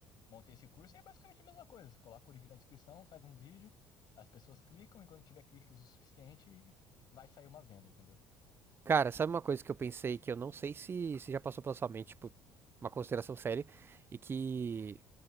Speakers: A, on the left; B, on the right.
A: Montei esse curso e é basicamente a mesma coisa. Você coloca o link na descrição, faz um vídeo, as pessoas clicam e quando tiver cliques o suficiente, vai sair uma venda, entendeu?
B: Cara, sabe uma coisa que eu pensei que eu não sei se, se já passou pela sua mente, tipo, uma consideração séria, e que